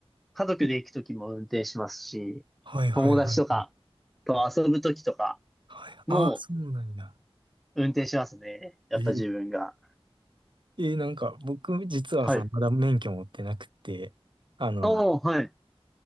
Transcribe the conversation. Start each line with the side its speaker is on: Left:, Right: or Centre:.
Centre: 家族で行くときも運転しますし、
Right: うん。はいはいはいはい。
Centre: 友達とかと遊ぶときとか
Right: はい、
Centre: も
Right: ああ、そうなんや。
Centre: 運転しますね。やった自分が。
Right: えー、えーなんか僕実はそのまだ免許持ってなくて、
Centre: はい。
Right: あの、
Centre: ああ、はい。